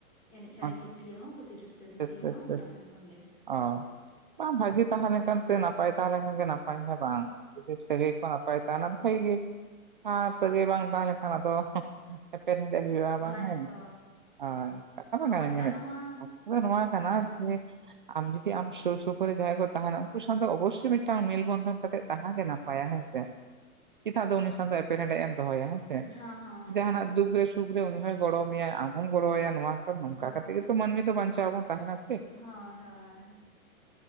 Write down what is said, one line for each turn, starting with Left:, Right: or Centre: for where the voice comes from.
Left: ᱮᱱᱮᱡ ᱥᱮᱨᱮᱧ
Right: ᱟᱪᱪᱷᱟ
Left: ᱫᱤᱠ ᱫᱤᱭᱮ ᱦᱚᱸ ᱠᱩᱥᱤ ᱨᱟᱹᱥᱠᱟᱹ ᱫᱤᱠ
Right: ᱵᱮᱥ
Left: ᱫᱤᱭᱮ
Right: ᱵᱮᱥ
Left: ᱦᱚᱸ ᱜᱚᱴᱟ
Right: ᱵᱮᱥ
Left: ᱥᱮᱱ ᱠᱷᱚᱱ ᱜᱮ ᱾
Right: ᱚ ᱵᱟᱝ ᱵᱷᱟᱹᱜᱤ ᱛᱟᱦᱮᱸ ᱞᱮᱱᱠᱷᱟᱱ ᱥᱮ ᱱᱟᱯᱟᱭ ᱛᱟᱦᱮᱸ ᱞᱮᱱᱠᱷᱟᱱ ᱜᱮ ᱱᱟᱯᱟᱭ ᱦᱮᱸ ᱵᱟᱝ ᱡᱩᱫᱤ ᱥᱟᱹᱜᱟᱹᱭ ᱠᱚ ᱱᱟᱯᱟᱭ ᱛᱟᱦᱮᱱᱟ᱾ ᱵᱷᱟᱜᱮ ᱟᱨ ᱥᱟᱹᱜᱟᱹᱭ ᱵᱟᱝ ᱛᱟᱦᱮᱸ ᱞᱮᱠᱷᱟᱱ ᱫᱚ ᱮᱯᱮᱨ ᱦᱮᱸᱰᱮᱸᱡ ᱦᱩᱭᱩᱜᱼᱟ ᱵᱟᱝ
Left: ᱚᱱᱟ
Right: ᱦᱮᱸ
Left: ᱜᱮᱛᱚ
Right: ᱦᱳᱭ ᱵᱟᱝ ᱠᱟᱱᱟ
Left: ᱦᱳᱭ ᱟᱫᱚ ᱱᱚᱣᱟ
Right: ᱠᱟᱛᱷᱟ ᱫᱚ ᱱᱚᱣᱟ ᱠᱟᱱᱟ
Left: ᱡᱚ
Right: ᱡᱮ ᱟᱢ ᱡᱩᱫᱤ ᱟᱢ ᱥᱩᱨ ᱥᱩᱯᱩᱨ ᱨᱮ ᱡᱟᱦᱟᱸᱭ ᱠᱚ ᱛᱟᱦᱮᱱᱟ ᱩᱱᱠᱩ ᱥᱟᱶᱛᱮ ᱚᱵᱵᱚᱥᱚᱭ ᱢᱤᱫᱴᱟᱝ ᱢᱮᱞ ᱵᱚᱱᱫᱷᱚᱱ ᱠᱟᱛᱮᱫ ᱛᱟᱦᱮᱸ ᱜᱮ ᱱᱟᱯᱟᱭᱟ ᱦᱮᱸ ᱥᱮ ᱪᱮᱫᱟᱜ ᱫᱚ ᱩᱱᱤ ᱥᱟᱶ ᱫᱚ ᱮᱯᱮᱨ ᱦᱮᱸᱰᱮᱸᱡ ᱮᱢ ᱫᱚᱦᱚᱭᱟ ᱦᱮᱸ ᱥᱮ
Left: ᱦᱚᱸ ᱦᱚᱸ
Right: ᱡᱟᱦᱟ ᱱᱟᱜ ᱫᱩᱠ ᱨᱮ ᱥᱩᱠ ᱨᱮ ᱩᱱᱤ ᱦᱚᱸᱭ ᱜᱚᱲᱚᱣ ᱢᱮᱭᱟ ᱟᱢ ᱦᱚᱸᱢ ᱜᱚᱲᱚ ᱣᱟᱭᱟ ᱱᱚᱣᱟ ᱱᱚᱝᱠᱟ
Left: ᱦᱳᱭ
Right: ᱠᱟᱛᱮᱜ ᱜᱮᱛᱚ ᱢᱟᱹᱱᱢᱤ ᱫᱚ ᱵᱟᱧᱪᱟᱣ ᱵᱚᱱ ᱛᱟᱦᱮᱱᱟ ᱥᱮ ᱾
Left: ᱦᱳᱭ ᱦᱳᱭ